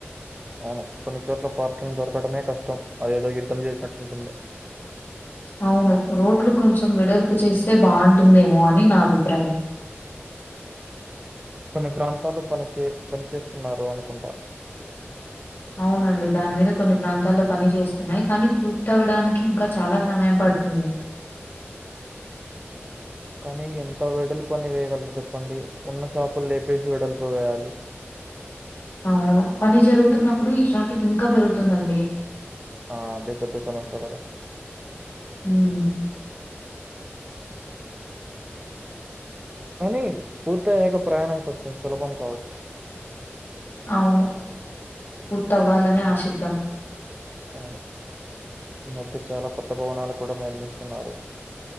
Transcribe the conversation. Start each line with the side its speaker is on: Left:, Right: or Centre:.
Right: అవును కొన్ని చోట్ల పార్కింగ్ దొరకటమే కష్టం అదేదో యుద్ధం చేసినట్టుంటుంది
Left: అవును రోడ్లు కొంచెం వెడల్పు చేస్తే బావుంటుందేమో అని నా అభిప్రాయం
Right: కొన్ని ప్రాంతాల్లో పనిచే పనిచేస్తున్నారు అనుకుంట
Left: అవునండి దాని మీద కొన్ని ప్రాంతాల్లో పని చేస్తున్నాయి కానీ పూర్తవడానికి ఇంకా చాలా సమయం పడ్ తింది
Right: కానీ ఎంత వెడల్పని వేయగలరు చెప్పండి ఉన్న షాపులు లేపేసి వెడల్పేయాలి
Left: అవును పని జరుగుతున్నప్పుడు ఈ ట్రాఫిక్ ఇంకా పెరుగుతుందండి
Right: ఆ అదే పెద్ద సమస్య కదా
Left: మ్
Right: కానీ పూర్తయ్యాక ప్రయాణం కొంచెం సులభం కావచ్చు
Left: అవును పూర్తవ్వాలని ఆశిద్దాం
Right: అవ్ను ఈ మధ్య చాలా కొత్త భవనాలు కూడా నిర్మిస్తున్నారు